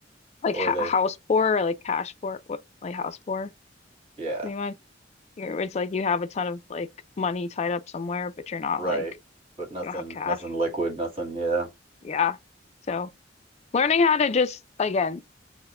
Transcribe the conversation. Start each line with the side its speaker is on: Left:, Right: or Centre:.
Left: like
Right: or
Left: ha
Right: they
Left: house poor or like cash poor what like house poor
Right: yeah
Left: what do you mind You're, it's like you have a ton of like money tied up somewhere but you're not
Right: right
Left: like
Right: but nothing
Left: you don't have cash
Right: nothing liquid nothing yeah
Left: yeah so learning how to just again